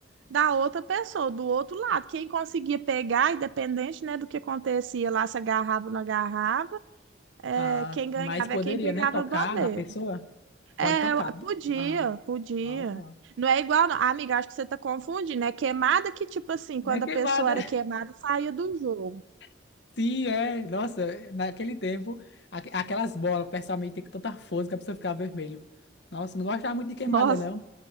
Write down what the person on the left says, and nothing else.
Ah,
mas poderia,
né? Tocar
na pessoa?
Pode tocar,
né?
Ah,
ah, tá.
É queimada.
<laughs> Sim, é. Nossa, naquele tempo, aque- aquelas bolas, pessoalmente, tem que tem tanta força que a pessoa ficava vermelho. Nossa, não gostava muito de queimada,
não.